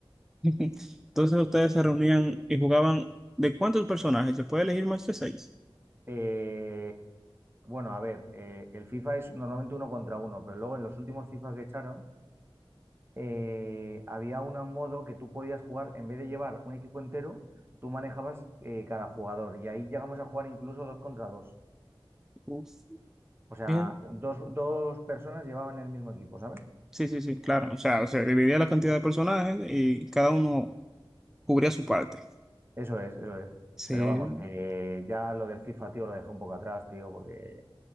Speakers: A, in the centre; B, on the right.
A: <laughs> Ujú. Entonces ustedes se reunían y jugaban ¿de cuántos personajes? ¿Se puede elegir más de seis?
B: Eh, bueno, a ver, eh, el FIFA es normalmente uno contra uno, pero luego en los últimos FIFA que echaron eh, había un modo que tú podías jugar, en vez de llevar un equipo entero, tú manejabas eh, cada jugador y ahí llegamos a jugar incluso dos contra dos.
A: Uf.
B: O sea,
A: Bien.
B: dos, dos personas llevaban el mismo equipo, ¿sabes?
A: Sí, sí, sí, claro. O sea, se dividía la cantidad de personajes y cada uno cubría su parte.
B: Eso es, eso es.
A: Sí.
B: Pero vamos, que ya lo del FIFA, tío, lo dejé un poco atrás, tío, porque